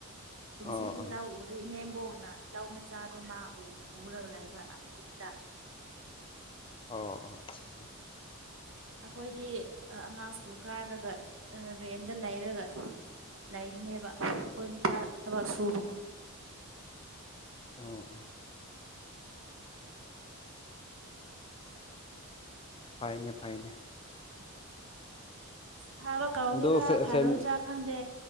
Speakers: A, on the right (about 60°); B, on the left (about 25°).
A: ꯀꯨꯝꯁꯤꯗꯤ
B: ꯑꯣ ꯑꯣ
A: ꯂꯧ ꯎꯗꯩ ꯏꯅꯦꯝꯕꯣꯛꯅ ꯂꯧ ꯃꯆꯥꯗꯣ ꯃꯆꯥꯗꯣ ꯃꯥ ꯎꯔꯒ ꯂꯩꯕ ꯑꯖꯤꯛꯇ
B: ꯑꯣ ꯑꯣ ꯑ ꯑꯆꯥ
A: ꯑꯩꯈꯣꯏꯗꯤ ꯑꯉꯥꯡ ꯁ꯭ꯀꯨꯜ ꯀꯥꯔꯒ ꯔꯦꯟꯗ ꯂꯩꯔꯒ ꯂꯩꯕꯅꯦꯕ ꯑꯩꯈꯣꯏ ꯅꯨꯄꯥ ꯊꯕꯛ ꯁꯨꯕꯀꯣ
B: ꯑ ꯑꯥꯍ ꯐꯥꯏꯅꯦ ꯐꯥꯏꯅꯦ
A: ꯐꯥꯕ ꯀꯧꯒꯦ
B: ꯑꯗꯣ
A: ꯐꯔꯣꯗ꯭ꯔꯥ
B: ꯐꯦꯃꯤꯂꯤ
A: ꯈꯪꯗꯦ